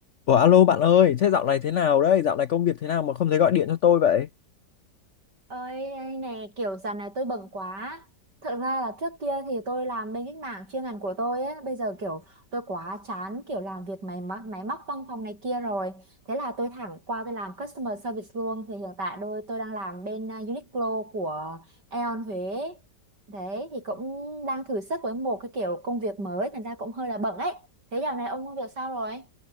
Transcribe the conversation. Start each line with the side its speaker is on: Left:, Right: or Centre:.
Left: Ủa alo bạn ơi, thế dạo này thế nào đấy? Dạo này công việc thế nào mà không thấy gọi điện cho tôi vậy?
Right: Ơi anh này kiểu dạo này tôi bận quá Thật ra là trước kia thì tôi làm bên cái mảng chuyên ngành của tôi ấy Bây giờ kiểu tôi quá chán kiểu làm việc máy móc, máy móc văn phòng này kia rồi Thế là tôi thẳng qua tôi làm customer service luôn Thì hiện tại tôi, tôi đang làm bên à, Uniqlo của Aeon Huế Đấy thì cũng đang thử sức với một cái kiểu công việc mới Thành ra cũng hơi là bận ấy Thế dạo này ông công việc sao rồi?